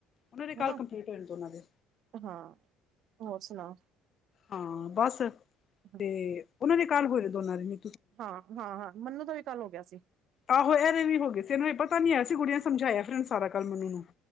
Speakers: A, on the left (about 40°); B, on the right (about 55°).
A: ਉਹ ਦੇ ਕਲ
B: ਹਨਾ
A: ਕੰਪਲੀਟ ਹੋਏ ਨੇ, ਦੋਨਾਂ ਦੇ।
B: ਹਾਂ ਹੋਰ ਸੁਣਾਓ?
A: ਹਾਂ, ਬਸ,
B: ਹਾਂ
A: ਤੇ ਉਹਨਾਂ ਦੇ ਕਾਲ ਹੋਏ ਦੋਨਾਂ ਦੀ ਨਾ।
B: ਹਾਂ ਹਾਂ ਹਾਂ ਮੈਨੂੰ ਤਾਂ ਵੀ ਕੱਲ ਹੋ ਗਿਆ ਸੀ।
A: ਆਹੋ ਇਹਦੇ ਵੀ ਹੋ ਗਏ ਸੀ, ਇਹਨੂੰ ਇਹ ਪਤਾ ਨੀ ਆਯਾ ਸੀ, ਕੁੜੀਆਂ ਸਮਝਾਇਆ ਫਿਰਨੂੰ ਸਾਰਾ ਕੱਲ ਮੈਨੂੰ ਨੂੰ।